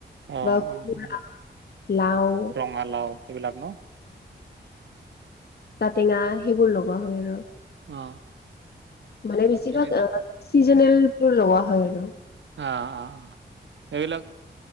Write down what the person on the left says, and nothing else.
বা
কোমোৰা, লাও
টেঙা সেইবোৰ লগোৱা হয় আৰু।
মানে বেছিভাগ
আহ চিজনেল বোৰ লগোৱা হয় আৰু।